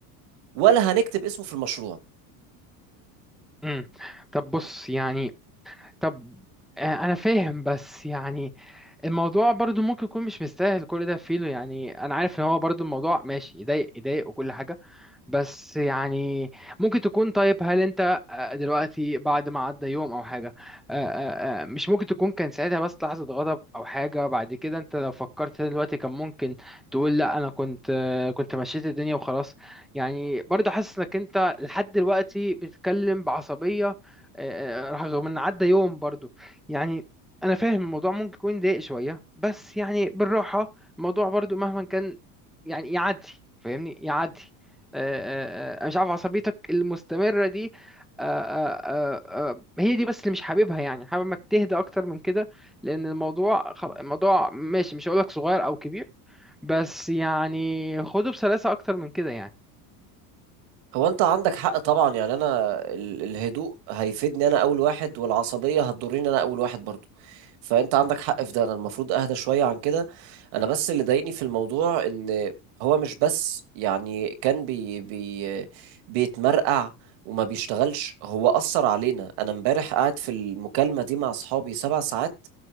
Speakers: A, on the right; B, in the centre.
A: ولا هنكتب اسمه في المشروع
B: مم. طب بص يعني طب آه، انا فاهم بس يعني الموضوع برضو ممكن يكون مش مستاهل كل ده فينه يعني انا عارف ان هو برضو الموضوع ماشي يضايق يضايق وكل حاجة بس يعني ممكن تكون طيب هل انت آه، دلوقتي بعد ما عدى يوم او حاجة آه، آه، آه، مش ممكن تكون كان ساعتها بس لحظة غضب او حاجة بعد كده انت لو فكرت تاني دلوقتي كان ممكن تقول لا انا كنت آه، كنت مشيت الدنيا وخلاص يعني برضه حاسس انك انت لحد دلوقتي بتتكلم بعصبية آه، آه، رغم ان عدى يوم برضه يعني انا فاهم الموضوع ممكن يكون ضايق شوية بس يعني بالراحة الموضوع برضه مهما كان يعني يعدي فاهمني يعدي آه، آه، آه، مش عارف عصبيتك المستمرة دي آه، آه، آه، آه، هي دي بس اللي مش حاببها يعني حابب انك تهدى اكتر من كده لان الموضوع خل- الموضوع ماشي مش هقولك صغير او كبير بس يعني خده بسلاسة اكتر من كده يعني
A: هو انت عندك حق طبعا يعني انا ال- الهدوء هيفيدني انا اول واحد والعصبية هتضرني انا اول واحد برضو فانت عندك حق في ده انا المفروض اهدى شوية عن كده انا بس اللي ضايقني في الموضوع ان هو مش بس يعني كان بي بي بيتمرقع وما بيشتغلش هو أثر علينا انا امبارح قاعد في المكالمة دي مع اصحابي سبع ساعات